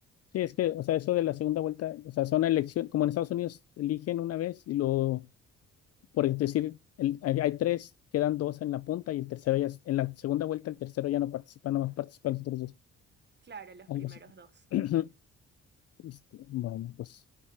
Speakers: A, on the left; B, on the right.
A: Sí, es que, o sea, eso de la segunda vuelta, o sea, son elecciones, como en Estados Unidos eligen una vez y lo Por decir, el- hay, hay tres, quedan dos en la punta y el tercero ya, es- en la segunda vuelta el tercero ya no participa, nomás participan los otros dos.
B: Claro, los
A: Algo
B: primeros
A: así.
B: dos.
A: <clears throat> Este, bueno, pues